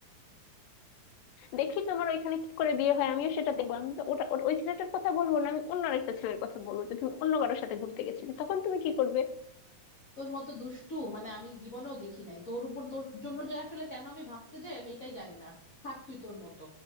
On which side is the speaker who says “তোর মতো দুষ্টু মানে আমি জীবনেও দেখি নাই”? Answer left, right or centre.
Left